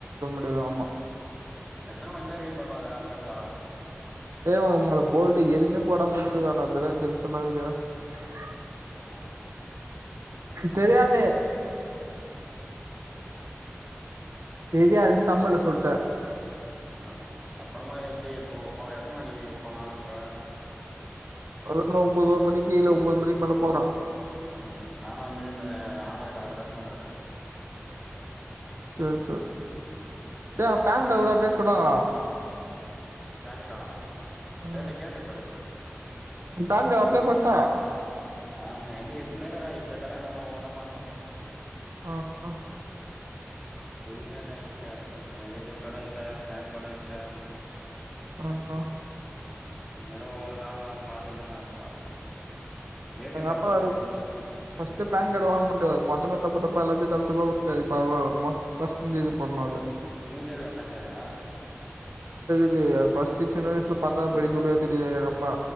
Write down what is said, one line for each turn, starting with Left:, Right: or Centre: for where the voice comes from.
Right: அதான் ஆமா
Centre: எத்தன வட்டித ரீ பண்ணுவ அந்த லேப்டாப்பா
Right: டேய் வோமல போல்டு எதுவுமே போடாம வுட்டு இருக்கடா அந்தடா டெனங்சன ஆகுது <unintelligible>
Centre: ஆஹ் ஆஹ்
Right: தெரியாதே தெரியாதுனு தமிழ சொல்ட்ட
Centre: ஆஹ் அப்பறமா எப்டி போப் ப எத்தன மணிக்கு போலாம்ன்ற
Right: அதுன்ன ஒம்பேதர மணிக்கு இல்ல ஒன்பது மணிக்கு மேல போலாம்
Centre: உம் நானும் அப்படியே அந்த ஆதார் கார்டு அதெல்லா எடுத்து வந்துடுறேன்
Right: சேரி சேரி
Centre: ம்
Right: ஏ பேன் கார்டு கூட அப்டே இப்பநாங்க
Centre: பேன் கார்டா
Right: அஹ்
Centre: தெர்ல கேட்டு பாரு
Right: அதாங்க அப்லே பண்ணிட்டா
Centre: ஆஹ்ஹ என்ட எதுவுமே இல்லடா இனிமே தானே எல்லாமே ஒவ்வொண்ணா பண்ணும்
Right: ஆஹ்ஹ
Centre: எதுவுமே இல்ல எங்கிட்ட ஏ டி எம் கார்டும் இல்ல பேன் கார்டும் இல்ல
Right: அப்ரன்ன
Centre: இன்மேத ஒவ்வொன்னா பாத்துன்னா கதனு பாக்கணு ஏ டி எம் கார்டு
Right: அப்ப
Centre: ஃபர்ஸ்ட் எத்துர்ணு
Right: பஸ்ட்டு பேன் கார்டு ஓபன் பண்டு மொத்தம அப்பா எல்லாத்தையும் தப்பு தப்பா இப்ப பிரஸ்ட்லே இருந்து இது பண்ணனும் அத
Centre: மியின்டர் பான் கார்டா
Right: த்து பிரஸ்டு சின்ன வயசுல பத்தா படிக்க சொல்லு தெரியாது எங்க அப்பா